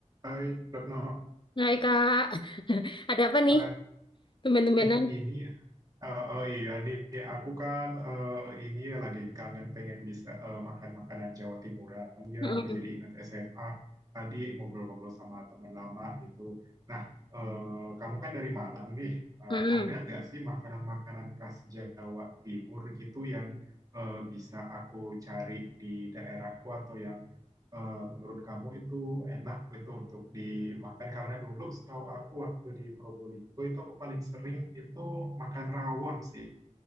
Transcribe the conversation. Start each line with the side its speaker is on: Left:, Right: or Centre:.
Right: Hai, Retno.
Left: Hai Kak, <laughs> ada apa nih?
Right: Hai.
Left: Tumben-tumbenan.
Right: Eh, ini, eh, oh oh iya nih, aku kan eh, ini ya lagi kangen pengen bisa eh, makan makanan Jawa Timuran. Ya,
Left: Mm-mm,
Right: aku jadi ingat SMA tadi ngobrol-ngobrol sama teman lama gitu. Nah, eh, kamu kan dari Malang nih. Eh,
Left: mm-mm.
Right: ada nggak sih makanan-makanan khas Jawa Timur gitu yang eh, bisa aku cari di daerahku atau yang eh, menurut kamu itu enak itu untuk dimakan karena dulu setahu aku waktu di Probolinggo itu aku paling sering itu makan rawon sih.